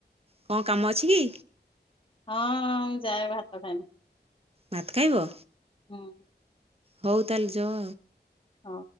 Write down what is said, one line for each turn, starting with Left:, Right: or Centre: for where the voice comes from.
Right: କଣ କାମ ଅଛି କି?
Left: ହଁ, ମୁଁ ଯା ଭାତ ଖାଇମି।
Right: ଭାତ ଖାଇବ?
Left: ହୁମ୍।
Right: ହଉ ତାହେଲେ ଯଅ।
Left: ହଁ।